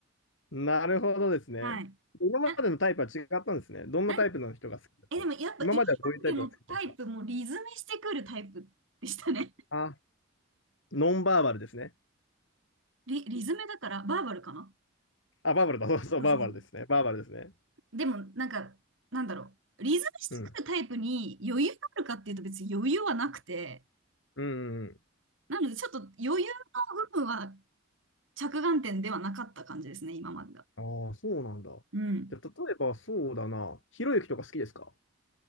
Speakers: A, on the left; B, on the right.
A: なるほどですね。
B: はい。
A: 今までのタイプは違ったんですね。
B: あ、
A: どんなタイプの人が好きだったの今まではどういうタイプが好きだったんですか
B: なん、え、でもやっぱ今までのタイプもリズメしてくるタイプでしたね。<laughs>
A: あ、ノンバーバルですね。
B: リ、リズメだから、バーバルかな
A: あ、バーバルだ。そうそう、
B: そうそうそう。
A: バーバルですね。バーバルですね。
B: でも、なんか、なんだろう。リズメしてくるタイプに余裕があるかっていうと別に余裕はなくて、
A: うん。うん、うん
B: なので、ちょっと余裕の部分は着眼点ではなかった感じですね、今までが。
A: うん。ああ、そうなんだ。
B: うん。
A: じゃあ、例えばそうだな。ひろゆきとか好きですか